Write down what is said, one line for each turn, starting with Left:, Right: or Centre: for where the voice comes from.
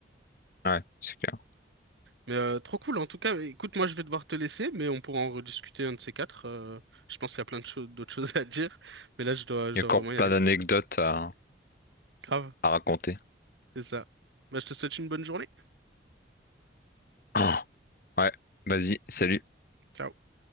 Left: Ouais, c'est clair.
Right: Mais euh, trop cool en tout cas. Écoute, moi je vais devoir te laisser, mais on pourra en rediscuter un de ces quatre. Euh, je pense qu'il y a plein de choses, d'autres choses à dire, mais là je dois, je
Left: Il
Right: dois
Left: y a encore
Right: vraiment y
Left: plein
Right: aller.
Left: d'anecdotes à,
Right: Grave,
Left: à raconter.
Right: c'est ça. Bah, je te souhaite une bonne journée.
Left: Ah, ouais, vas-y, salut.
Right: Ciao.